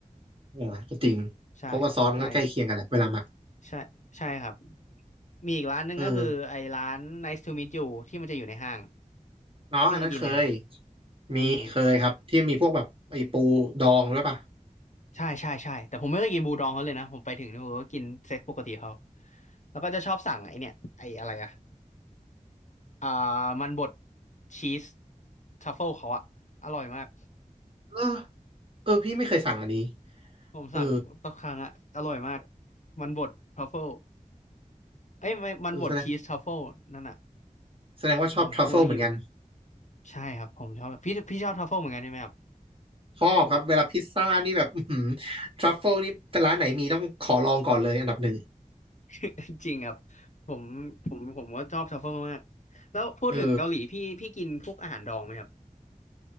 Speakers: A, on the right (about 40°); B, on the left (about 60°).
A: อ่าก็จริงเพราะว่าซอสมันก็ใกล้เคียงกันแหละเวลาหมัก
B: ใช่ใช่ใช่ใช่ครับมีอีกร้านหนึ่งก็คือไอ้ร้าน
A: เออ
B: Nice to meet you ที่มันจะอยู่ในห้าง
A: อ๋ออันนั้นเคย
B: ที่เคยกินไหมครับอืม
A: มีเคยครับที่มีพวกแบบไอ้ปูดองด้วยป่ะ
B: ใช่ใช่ใช่แต่ผมไม่เคยกินบูดองเขาเลยนะผมไปถึงเนี่ยผมก็กินเซตปกติเขาแล้วก็จะชอบสั่งไอ้เนี่ยไอ้อะไรอะอ่ามันบดชีสทัฟเฟิลเขาอะอร่อยมาก
A: เออเออพี่ไม่เคยสั่งอันนี้
B: ผมสั่งทุกครั้งอะอร่อยมาก
A: เออ
B: มันบดทัฟเฟิล เอ้ยไม่มันบดชีสทรัฟเฟิลนั่นน่ะ
A: เออแสดงแสดงว่าชอบทรัฟเฟิลเหมือนกัน
B: โอ้ยพูดแล้วหิวใช่ครับผมชอบพี่พี่ชอบทรัฟเฟิลเหมือนกันใช่ไหมครับ
A: ชอบครับเวลาพิซซ่านี่แบบอื้อหือทรัฟเฟิลนี่ร้านไหนมีต้องขอลองก่อนเลยอันดับหนึ่ง
B: <laughs> จริงครับผมผมผมก็ชอบทรัฟเฟิลมากแล้วพูดถึงเกาหลีพี่พี่กินพวกอาหารดองไหมครับ
A: เออ